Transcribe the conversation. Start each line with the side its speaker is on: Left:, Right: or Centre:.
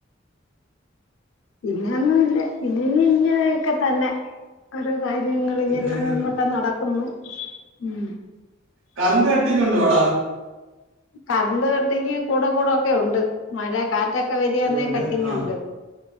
Left: പിന്നൊന്നും ഇല്ല ഇനിയി ങ്ങനെയൊക്കെ തന്നെ ഓരോ കാര്യങ്ങളിങ്ങനെയോരോന്നൊക്കെ
Right: പിന്നെ ഇത്
Left: നടക്കുന്ന്. ഉം
Right: കറണ്ട് കട്ടിങ്ങ്യുണ്ടൊവട?
Left: കറണ്ട് കട്ടിങ്ങ് കൂടെ കൂടെ ഒക്കെ ഉണ്ട് മഴ കാറ്റൊക്കെ വരാന്നേ
Right: ഉണ്ട്
Left: കട്ടിങ്ങ്യുണ്ട്.
Right: ആ